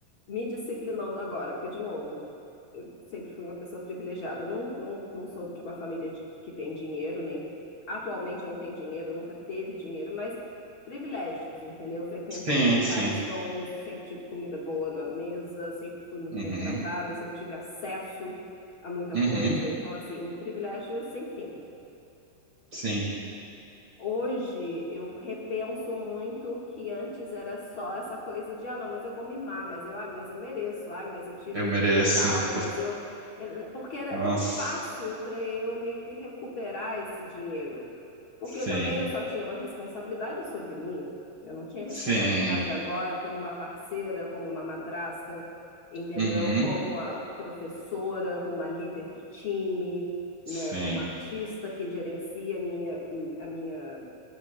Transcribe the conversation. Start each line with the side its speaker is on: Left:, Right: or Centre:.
Left: me disciplinando agora. Porque, de novo, eu sempre fui uma pessoa privilegiada. Não, não, não sou de uma família de- que tem dinheiro, nem atualmente não tem dinheiro, nunca teve dinheiro, mas privilégios, entendeu? Eu frequentei
Right: Sim,
Left: lugares
Right: sim.
Left: bons, sempre tive comida boa na mesa, sempre fui muito
Right: Uhum,
Left: bem tratada, sempre tive acesso a muita
Right: uhum,
Left: coisa. Então, assim, privilégios sem fim.
Right: sim.
Left: Hoje eu repenso muito que antes era só essa coisa de, ah, não, mas eu vou mimar, mas eu, ai, mas eu mereço, ai, mas eu tive
Right: Eu mereço.
Left: um dia tal,
Right: o-
Left: mas eu. eh, Porque era
Right: Nossa,
Left: tão fácil para eu meio que recuperar esse dinheiro. Porque
Right: sim,
Left: eu também eu só tinha uma responsabilidade sobre mim. Eu não tinha responsabilidade
Right: sim.
Left: agora como uma parceira, como uma madrasta, entendeu?
Right: Uhum,
Left: Como uma professora, como uma líder de time
Right: sim,
Left: né, como artista que gerencia minha, a minha